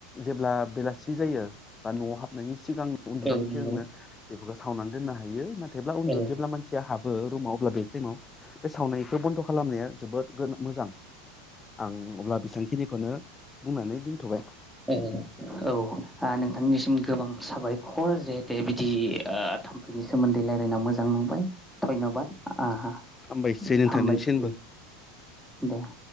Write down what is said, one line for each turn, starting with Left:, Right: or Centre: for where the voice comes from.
Left: जेब्ला बेलासि जायो बा न'आव हाबनायनि सिगां उन्दुनायनि
Centre: औ नंगौ
Left: सिगांनो बेफोरखौ सावनानै दोननो हायो नाथाय ब्ला उन्दु
Centre: औ
Left: जेब्ला मानसिया हाबो रुमाव अब्ला बे टाइमाव बे सावनायखौ बन्द' खालामनाया जोबोद गो मोजां। आं अब्ला बेसांखिनिखौनो बुंनानै दोनथ'बाय
Centre: ए औ आ नोंथांनिसिम गोबां साबाय <unintelligible> बिदि थाम्फैनि सोमोन्दै रायलायना मोजां नांबाय धन्यबाद। आ हा
Left: हामबायसै नोंथांनिसिमबो
Centre: हामबायसै दे। <inaudible>